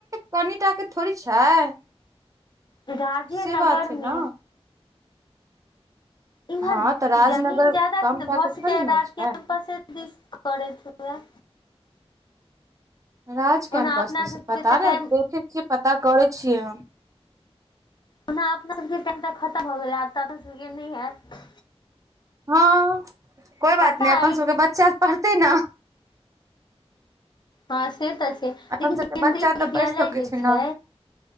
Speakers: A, on the right; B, on the left.
A: कनीटाक के थोड़ी छै
B: राजेनगर
A: से बात है न
B: मे इम्हर
A: हँ तऽ राजनगर
B: जमीन ज्यादा
A: कम
B: छै ने
A: टा
B: भऽ
A: के थोड़ी
B: सकै
A: न
B: राज
A: छै
B: कम्पसे दिस करैत हुए
A: राज कैंपस
B: ओना अपना
A: दिस
B: सबके
A: पता
B: तऽ
A: ने
B: टाइम
A: देखे छियै पता करै छियै हम
B: ओना अपना सबके टाइम त खत भ गेल हयत तऽ अपना सबके गेल नहि हयत
A: हँ कोई बात
B: पता
A: नहि अपन
B: अछि
A: सबके बच्चा पढ़तै ने
B: हँ से तऽ छै
A: अपन
B: लेकिन केन्द्रीय
A: सबके बच्चा तऽ
B: विद्यालय
A: पढ़ि सकै
B: जे छै
A: न